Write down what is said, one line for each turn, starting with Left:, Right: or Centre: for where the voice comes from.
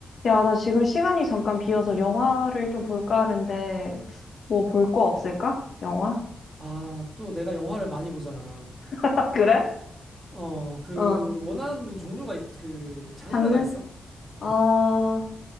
Left: 야, 나 지금 시간이 잠깐 비어서 영화를 좀 볼까 하는데, 뭐 볼 거 없을까? 영화?
Right: 아, 또 내가 영화를 많이 보잖아.
Left: <laughs> 그래?
Right: 어, 그,
Left: 어,
Right: 원하는 종류가, 있, 그, 장르가
Left: 장르?
Right: 있어? 응,
Left: 어,